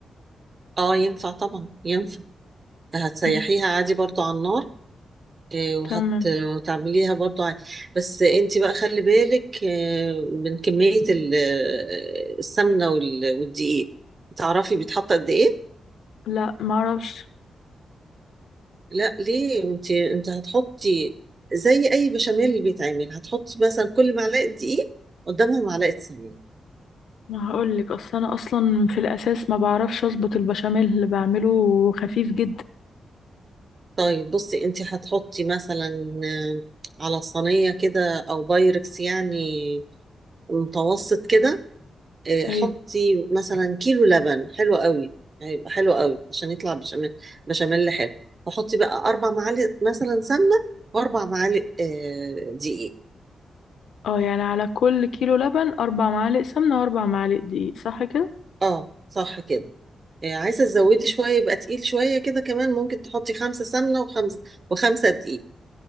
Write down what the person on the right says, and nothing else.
اه ينفع طبعا ينفع هتسيحيها
عادي برضو على النار آه، وهت-
وتعمليها برضو عادي بس انت بقى خلي بالك آه، من كميه ال- السمنه وال- والدقيق تعرفي بيتحط قد ايه
لا ليه انت انت هتحطي زي اي بشاميل اللي بيتعمل هتحطي مثلا كل معلقه دقيق قدامها معلقه سمنه
طيب بصي انت هتحطي مثلا آه، على صينيه كده او بايركس يعني متوسط كده آه،
حطي مثلا كيلو لبن حلو قوي هيبقى حلو قوي عشان يطلع بشاميل بشاميل حلو وحطي بقى اربع معالق مثلا سمنه واربع معالق آه، دقيق
اه صح كده آه، عايزة تزودي شوية يبقى تقيل شوية كده كمان ممكن تحطي خمسة سمنة وخمسة وخمسة دقيق